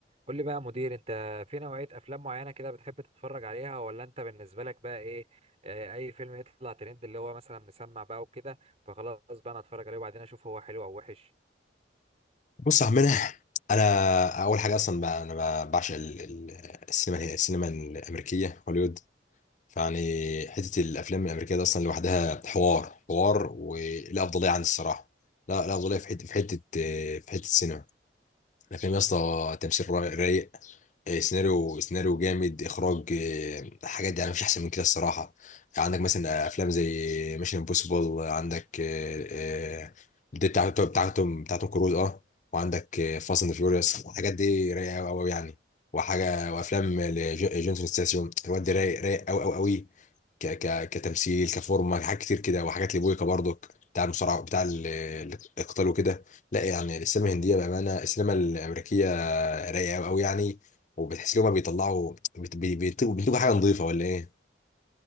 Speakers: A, on the right; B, on the left.
A: قول لي بقى يا مدير انت في نوعية افلام معينة كده بتحب تتفرج عليها ولا انت بالنسبة لك بقى ايه اه، اي فيلم يطلع ترند اللي هو مثلا مسمع بقى وكده فخلاص بقى انا اتفرج عليه وبعدين اشوف هو حلو او وحش
B: بص يا عمنا انا اول حاجه اصلا بقى انا ب- بعشق ال- ال- السينما الهي- السينما الامريكيه هوليوود فيعني حته الافلام الامريكيه دي اصلا لوحدها حوار حوار ولا افضليه عن الصراحه لا لا افضليه في حته في حته في حته السينما الافلام يا اسطى تمثيل رايق آه، سيناريو سيناريو جامد اخراج آه، حاجات يعني مفيش احسن من كده الصراحه عندك مثلا افلام زي ميشن امبوسيبل عندك آه، آه، دي بتاعته بتاعتهم بتاعتهم كروز اه وعندك فاست اند فيوريوس الحاجات دي رايقه قوي قوي يعني وحاجه وافلام لج- جونسون ستاسيوم الواد ده رايق رايق قوي قوي قوي ك ك كتمثيل كفورمه حاجات كتير كده وحاجات لبويكا برضك بتاع المصارعه بتاع ال- القتال وكده لا يعني السينما الهنديه بامانه السينما الامريكيه رايقه قوي يعني وبتحس لهم بيطلعوا بت- بي- بيطلبوا بيطلبوا حاجه نظيفه ولا ايه؟